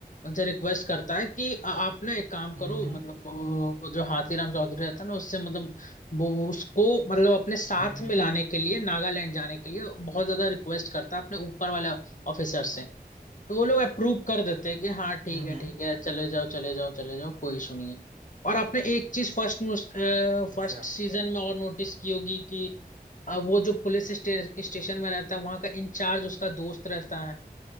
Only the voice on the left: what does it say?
उनसे रिक्वेस्ट करता है कि आ- आप ना एक काम करो
मतलब वो वो जो हाथीराम चौधरी रहता है ना उससे मतलब वो उसको मतलब अपने साथ
में लाने के लिए नागालैंड जाने के लिए बहुत ज्यादा रिक्वेस्ट करता है अपने ऊपर वाले ऑफिसर से तो वो लोग अप्रूव कर देते हैं कि हाँ ठीक
है
ठीक है चले जाओ चले जाओ चले जाओ कोई इशू नहीं है और आपने एक चीज फर्स्ट
फर्स्ट सीजन में और नोटिस की होगी कि अ, वो जो पुलिस स्टे, स्टेशन में रहता है वहां का इंचार्ज उसका दोस्त रहता है